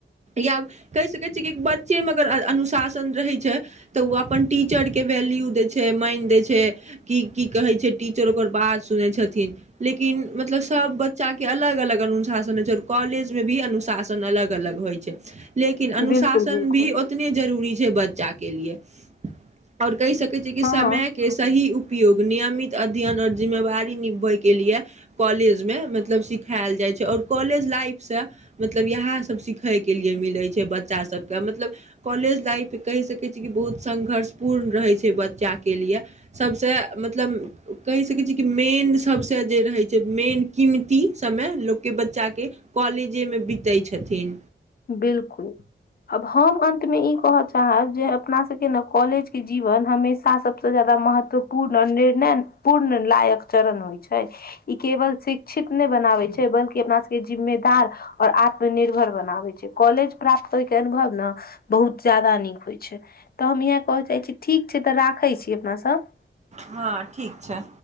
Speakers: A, on the right; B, on the left.
A: या कहि सकै छीयै कि बच्चे मे अगर अन अनुशासन रहै छै तऽ ओ अपन टीचर के वेल्यू दे छै माइन दे छै की की कहे छै टीचर ओकर बात सुनै छ थिन लेकिन मतलब सब बच्चा के अलग अलग अनुशासन होय छै और कॉलेज में भी अनुशासन अ अलग अलग होइ छै लेकिन अनुशासन
B: बिल्कुल बिल्कुल
A: भी ओतने जरूरी छै बच्चा के लिए और कहि सकै कहै छियै कि
B: हँ
A: समय के सही उपयोग नियमित अध्ययन आओर जिम्मेवारी नि होय के लिए काॅलेज में मतलब सिखायल जाय छै और काॅलेज लाइफ से मतलब इहै सब सीखय के लिए मिलै छै बच्चा सब के मतलब कॉलेज लाइफ कहि सकै छी कि बहुत संघर्ष पूर्ण रहै छै बच्चा के लिए सबसे मतलब कहि सकै छियै कि मेन सबसे जे रहैय छै मेन कीमती समय लोक के बच्चा के कॉलेजे मे बितैय छथिन
B: बिलकुल अब हम अन्त मे ई कहऽ चाहब जे अपना सबके ने कॉलेज के जीवन हमेशा सबसँ जादा महत महत्वपूर्ण आ निर्णय पूर्ण लायक चरण होइ छै ई केवल शिक्षित नहि बना छै बल्कि अपना सबके जिम्मेदार और आत्मनिर्भर बनाबै छै कॉलेज प्राप्त होय के अनुभव ने बहुत जादा नीक होइ छै तऽ हम इहय कहय चाहै छी ठीक ठीक छै तऽ राखै छी अपना सब
A: हँ ठीक छै